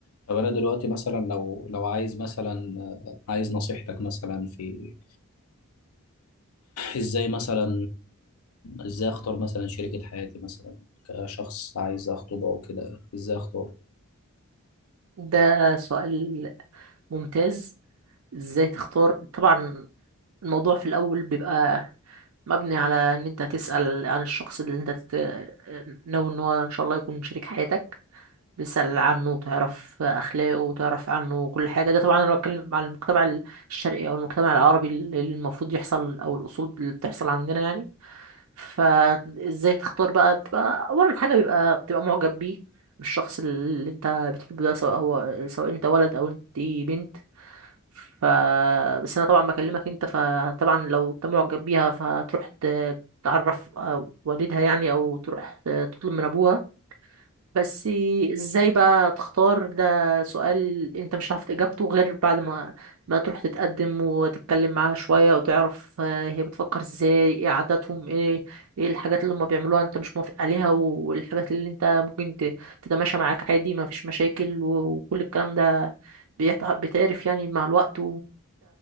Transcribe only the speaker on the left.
طب انا دلوقتي مثلا لو لو عايز مثلا آه، عايز نصيحتك مثلا في ازاي مثلا ازاي اختار مثلا شريكة حياتي مثلا كشخص عايز اخطبه او كده ازاي اختار